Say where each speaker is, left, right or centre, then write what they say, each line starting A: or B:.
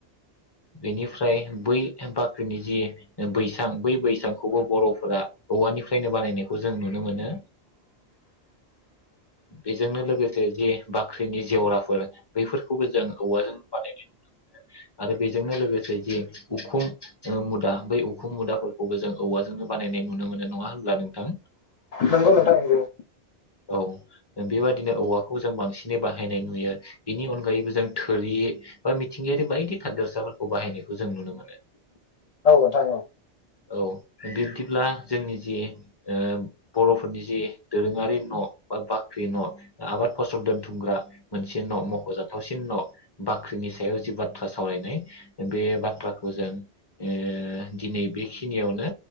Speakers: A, on the left; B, on the left.
A: बेनिफ्राय बै बाख्रिनि जि बैसां बै बैसांखौबो बरफोरा औवानिफ्रायनो बानायनायखौ जों नुनो मोनो बेजोंनो लोगोसे जि बाख्रिनि जेवराफोर बैफोरखौबो जों औवाजों बानायनाय नुनो मोनो आरो बेजोंनो लोगोसे जि उखुम ओम मुदा बै उखुम मुदाफोरखौबो जों औवाजोंनो बानायनाय नुनो मोनो नङा होनब्ला नोंथां?
B: नंगौ नोथां नंगौ।
A: औ बेबादिनो औवाखौ जों बां सिनै बाहायनाय नुयो बेनि अनगायैबो जों थोरि बा मिथिंगायारि बायदि थादोरसाफोरखौ बाहायनायखौ जों नुनो मोनो।
B: औ नोंथां औ।
A: औ बिब्दिब्ला जोंनि जि ओ बर'फोरनि जि दोरोङारि न' बा बाख्रि न' आबाद फसल दोनथु बुंग्रा मोनसे न' मख जाथावसिन न' बाख्रिनि सायाव जि बाथ्रा सावरायनाय बे बाथ्राखौ जों ओ दिनै बेखिनियावनो